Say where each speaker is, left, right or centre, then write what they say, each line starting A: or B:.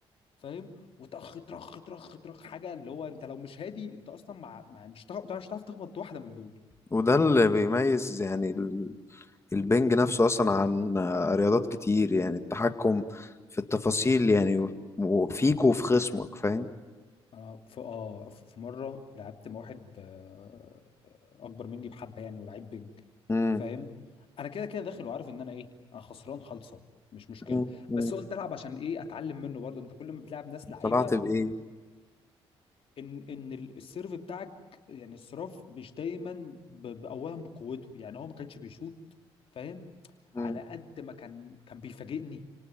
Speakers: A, on the left; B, on the left.
A: فاهم وطخ طخ طخ طخ حاجه اللي هو انت لو مش هادي انت اصلا مع, مع مش هتعرف مش هتعرف تخبط واحده من دول
B: وده اللي بيميز يعني ال- البنج نفسه اصلا عن آه، رياضات كتير يعني التحكم في التفاصيل يعني و- وفيك وفي خصمك فاهم
A: انا في اه في في مره لعبت مع واحد آه، اكبر مني بحبه يعني ولعيب بيج
B: امم
A: فاهم انا كده كده داخل وعارف ان انا ايه انا خسران خالصه مش مشكله
B: أمم، أمم.
A: بس قلت العب عشان ايه اتعلم منه برضه انت كل ما بتلعب ناس لعيبه
B: طلعت بايه
A: انت ان ان ال- السيرف بتاعك يعني الصراف مش دايما ب- ب- اولا بقوته يعني هو ما كانش بيشوط فاهم
B: امم
A: على قد ما كان كان بيفاجئني